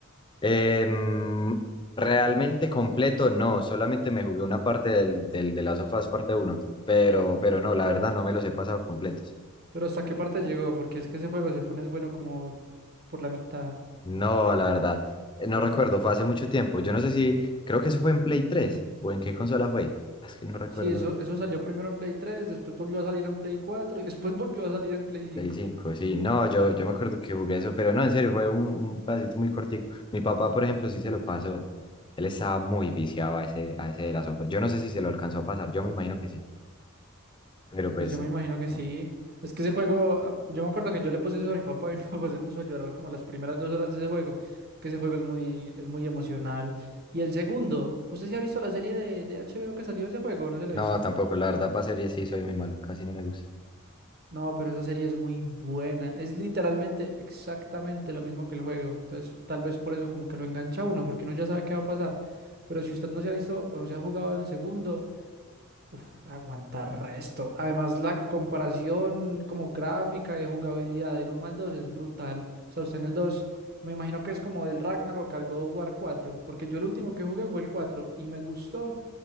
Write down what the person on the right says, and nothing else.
pero ¿hasta qué parte llegó? Porque es que ese juego se pone bueno como por la mitad.
Sí, eso, eso salió primero en Play 3, después volvió a salir en Play 4 y <laughs> después volvió a salir en Play cinco.
Pues yo me imagino que sí.
Es que ese juego, ah, yo me acuerdo que yo le puse eso a mi papá y mi <laughs> papá se puso a llorar como las primeras dos horas de ese juego. Es que ese juego es muy, es muy emocional. Y el segundo, ¿usted se ha visto la serie de, de H B O. que salió de ese juego? o ¿No se la
ha visto?
No, pero esa serie es muy buena. Es literalmente exactamente lo mismo que el juego. Entonces, tal vez por eso como que lo engancha a uno, porque uno ya sabe qué va a pasar. Pero si usted no se ha visto o no se ha jugado el segundo, Uf, aguantar resto. Además, la comparación como gráfica de jugabilidad del uno al 2 es brutal. O sea, usted en el 2, me imagino que es como del Ragnarok al God of War 4, porque yo el último que jugué fue el 4 y me gustó,